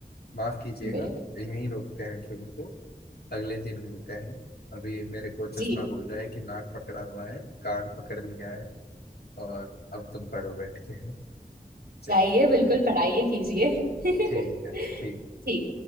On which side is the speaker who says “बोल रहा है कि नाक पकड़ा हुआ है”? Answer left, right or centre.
Left